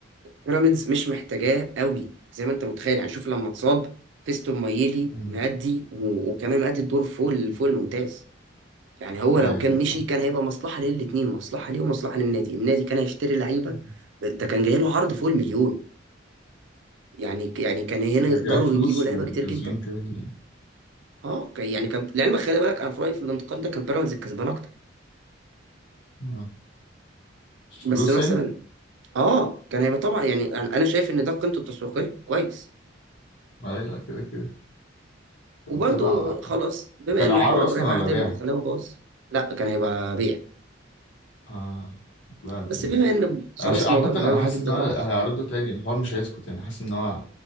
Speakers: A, on the right (about 65°); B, on the left (about 65°).
A: بيراميدز مش محتاجاه قوي زي ما انت متخيل يعني شوف لما اتصاب فيستون مايلي
B: مم.
A: مأدي و- وكمان مأدي الدور فوق ال- فوق الممتاز يعني هو
B: أيوة
A: لو كان
B: أيوة
A: مشي
B: فاهم
A: كان هيبقى مصلحة للاتنين مصلحة ليه ومصلحة للنادي النادي كان هيشتري لعيبة
B: مم.
A: ده كان جاي له عرض فوق المليون يعني يعني كان هنا
B: يعني
A: يقدروا
B: جاء فلوس
A: يجيبوا لعيبة
B: وكسبان
A: كتير جدا
B: كده يعني.
A: اه كان- يعني كان لعلمك خلي بالك انا في رأيي في الانتقال ده كان بيراميدز الكسبان اكتر
B: آه. فلوس
A: بس مثلا
B: يعني؟
A: اه كان هيبقى طبعا يعني انا أنا شايف ان ده قيمته التسويقية كويس
B: أيوة كده كده
A: وبرده
B: كان طلع
A: خلاص بما
B: كان
A: ان
B: إعارة
A: حوار ابراهيم
B: أصلا ولا
A: عادل
B: بيع؟
A: خلاه باظ لا كان هيبقى بيع
B: آه لا دي
A: بس بما ان
B: انا
A: خلاص
B: ش... عامة
A: موضوع ابراهيم
B: انا حاسس
A: عادل
B: ان
A: ده
B: هو
A: باظ
B: هيعرضه تاني الحوار مش هيسكت يعني حاسس ان هو